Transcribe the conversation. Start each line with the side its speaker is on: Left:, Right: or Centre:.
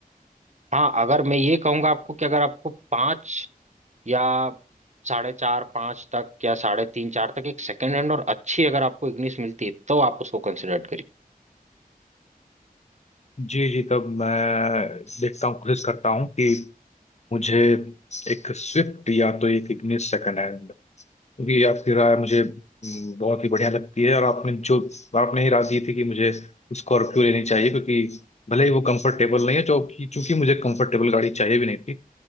Right: हाँ अगर मैं ये कहूंगा आपको कि अगर आपको पाँच या साढ़े चार पाँच तक या साढ़े तीन चार तक एक सेकंड हैंड और अच्छी अगर आपको इग्निस मिलती है तो आप उसको कंसिडर करिए
Left: जी जी तब मैं देखता हूँ कोशिश करता हूँ कि मुझे एक स्विफ्ट या तो एक इग्निस सेकंड है क्योंकि आपकी राय मुझे हम्म, बहुत ही बढ़िया लगती है और आपने जो आपने ही राय दी थी कि मुझे स्कॉर्पियो लेनी चाहिए क्योंकि भले ही वो कंफर्टेबल नहीं है जो कि चूंकि मुझे कंफर्टेबल गाड़ी चाहिए भी नहीं थी